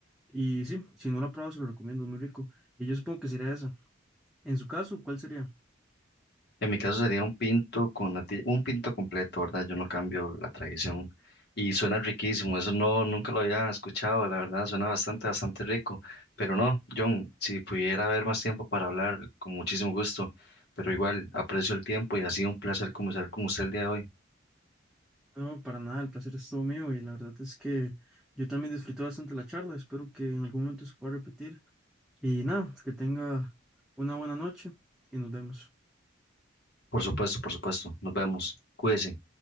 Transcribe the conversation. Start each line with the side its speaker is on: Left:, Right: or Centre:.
Centre: Y sí, si no lo ha probado, se lo recomiendo, es muy rico. Y yo supongo que sería esa. En su caso, ¿cuál sería?
Left: En mi caso sería un pinto con nati- un pinto completo, ¿verdad? Yo no cambio la tradición. Y suena riquísimo, eso no, nunca lo había escuchado, la verdad, suena bastante, bastante rico. Pero no, John, si pudiera haber más tiempo para hablar, con muchísimo gusto. Pero igual, aprecio el tiempo y ha sido un placer conversar con usted el día de hoy.
Centre: No, para nada, el placer es todo mío y la verdad es que yo también disfruté bastante la charla. Espero que en algún momento se pueda repetir. Y nada, que tenga una buena noche y nos vemos.
Left: Por supuesto, por supuesto. Nos vemos. Cuídese.